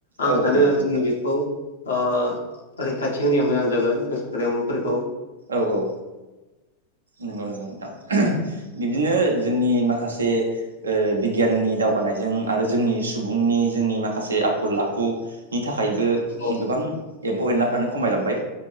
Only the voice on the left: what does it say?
आं
सानो
जोङो बेखौ ओ रैखाथि होनाया मोजां जागोन बे साग्रेमाफोरखौ।
औ